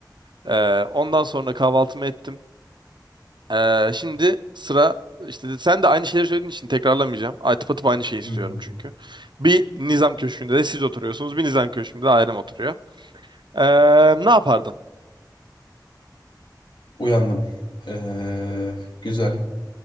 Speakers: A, on the right; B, on the left.
A: Ee, ondan sonra kahvaltımı ettim. Ee, şimdi sıra işte de- sen de aynı şeyleri söylediğin için tekrarlamayacağım. Atıp atıp aynı şeyi istiyorum
B: <laughs>
A: çünkü. Bir Nizam Köşkü'nde de siz oturuyorsunuz. Bir Nizam Köşkü'nde de ailem oturuyor. Ee, ne yapardın?
B: Uyandım. Ee, güzel.